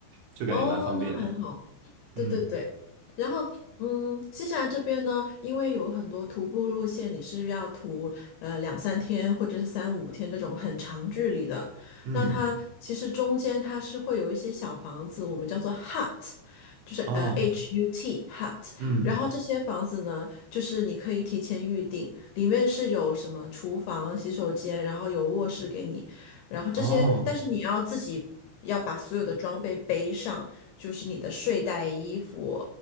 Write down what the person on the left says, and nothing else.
哦，那很好。
对对对，然后嗯，新西兰这边呢，因为有很多徒步路线，你是要徒呃两三天或者是三五天这种很长距离的，
那它其实中间它是会有一些小房子，我们叫做 hut，就是呃
H U T hut，
然后这些房子呢，就是你可以提前预定，里面是有什么厨房、洗手间，然后有卧室给你。然后这些，
但是你要自己要把所有的装备背上，就是你的睡袋、衣服，